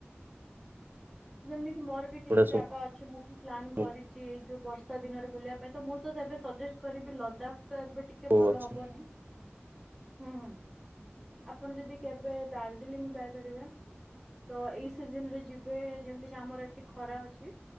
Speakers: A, in the centre; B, on the right.
A: ଯେମିତି କିି ମୋର ବି
B: ସେଗୁଡା
A: କିଛି ଜାଗା ଅଛି ମୁଁ ବି ପ୍ଲାନ୍
B: ସବୁ
A: କରିଛି ଏଇ ଯୋଉ ବର୍ଷା ଦିନରେ ବୁଲିଆ ପାଇଁ ତ ମୁଁ ତ ଏବେ ସଜେଷ୍ଟ କରିବି ଲଦାଖ ତ ଏବେ ଟିକେ
B: କୁ
A: ଭଲ
B: ଅଛି
A: ହବନି। ହୁଁ ହୁଁ ଆପଣ ଯଦି କେବେ ଦାର୍ଜିଲିଂ ଯାଇପାରିବେ ତ ଏଇ ସିଜନରେ ଯିବେ ଯେମିତି କି ଆମର ଏଠି ଖରା ଅଛି